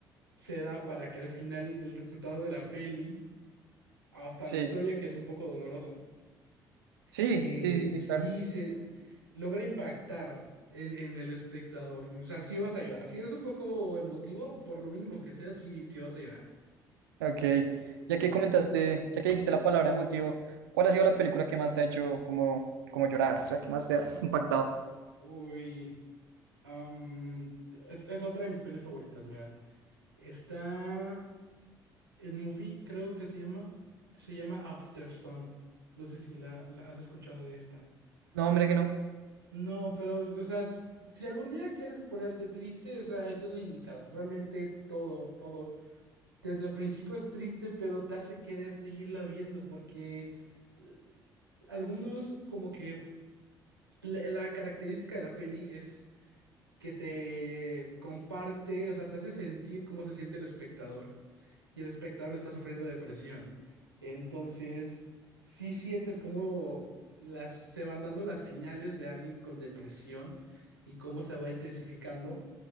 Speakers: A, on the right; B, on the right.
A: se da para que al final el resultado de la peli, hasta
B: Sí.
A: la historia que es un poco dolorosa.
B: Sí,
A: eh,
B: sí, sí, sí,
A: sí
B: claro.
A: se logra impactar en, en el espectador. O sea, sí vas a llorar. Si eres un poco emotivo, por lo mínimo que sea, sí, sí vas a llorar.
B: Ok. Ya
A: Eh,
B: que comentaste, ya que dijiste la palabra emotivo, ¿cuál ha sido la película que más te ha hecho como, como llorar? O sea, que más te ha impactado.
A: uy, am, es, es otra de mis pelis favoritas, mira. Está en movie, creo que se llama. Se llama After Sun. No sé si la, la has escuchado de esta.
B: No, mira que no.
A: No, pero, o sea, s- si algún día quieres ponerte triste, esa, esa es la indicada. Realmente todo, todo. Desde el principio es triste, pero te hace querer seguirla viendo porque eh, algunos como que la, la característica de la peli es que te comparte, o sea, te hace sentir cómo se siente el espectador y el espectador está sufriendo depresión. Entonces, sí sientes cómo las, se van dando las señales de alguien con depresión y cómo se va intensificando